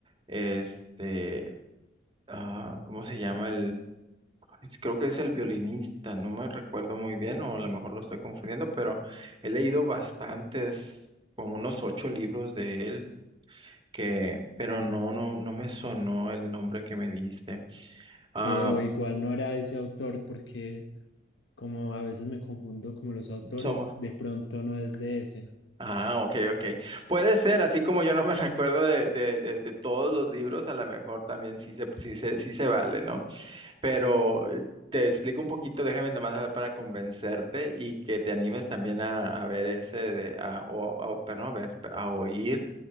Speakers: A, on the right; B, on the left.
A: este, ah, ¿cómo se llama? Es- Creo que es el violinista, no me recuerdo muy bien, o a lo mejor lo estoy confundiendo, pero he leído bastantes, como unos ocho libros de él, que, pero no, no, no me sonó el nombre que me diste. Ah,
B: Pero igual no era ese autor porque como a veces me confundo como los autores,
A: somos.
B: de pronto no es de ese.
A: Ah, ok, ok. Puede ser, así como yo no me <laughs> recuerdo de, de, de, de todos los libros, a lo mejor también sí se, sí se, sí se vale, ¿no? Pero
B: ¿sí?
A: eh, te explico un poquito, déjame nomás saber para convencerte y que te animes también a, a ver ese, de, a, o, a- perdón, a ver, a oír